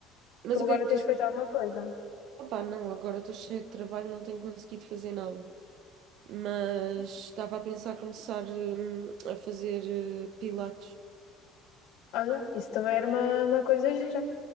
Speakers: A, on the right; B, on the left.
A: Mas
B: Tu agora
A: o que é que
B: tens
A: tu...
B: feito alguma coisa.
A: Opá, não, agora estou cheia de trabalho, não tenho conseguido fazer nada. Mas estava a pensar começar, hum, a fazer, eh, pilates.
B: Olha, isso também era uma, uma coisa gira.